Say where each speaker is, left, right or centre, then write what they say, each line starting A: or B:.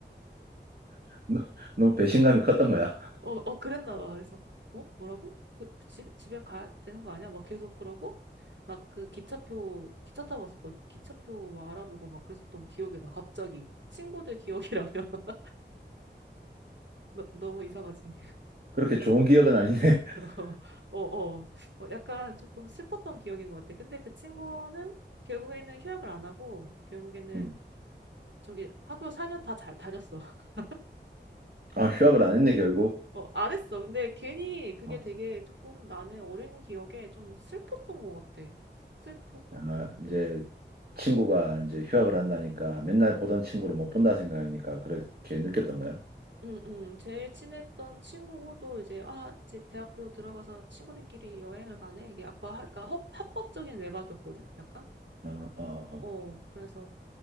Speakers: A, on the right; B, on the right.
A: <laughs> 너- 너무 배신감이 컸던 거야. <laughs>
B: 어, 어, 그랬나 봐. 그래서, 어? 뭐라고? 그 그 집, 집에 가야 되는 거 아니야? 막 계속 그러고, 막 그 기차표, 기차 타고 왔었거든? 기차표 막 알아보고 막 그랬었던 기억이 나, 갑자기. 친구들 기억이라면. <laughs> 너, 너무 이상하지?
A: 그렇게 좋은 기억은 아니네. <laughs>
B: <laughs> 어, 어, 어, 약간 조금 슬펐던 기억인 것 같아. 근데 그 친구는 결국에는 휴학을 안 하고, 결국에는
A: 음.
B: 저기 학교 4년 다 잘 다녔어. <laughs>
A: 아, 휴학을 안 했네, 결국.
B: 어, 안 했어. 근데 괜히 그게
A: 어.
B: 되게 조금 나는 어린 기억에 좀 슬펐던 것 같아. 슬프고
A: 아, 이제 친구가 이제 휴학을 한다니까 맨날 보던 친구를 못 본다 생각하니까 그렇게 느꼈던 거야.
B: 응, 응. 제일 친했던 친구고, 또 이제, 아, 이제 대학교 들어가서 친구들끼리 여행을 가네? 이게 아까, 아까 합, 합법적인 외박이었거든? 약간?
A: 어, 어, 어.
B: 어, 그래서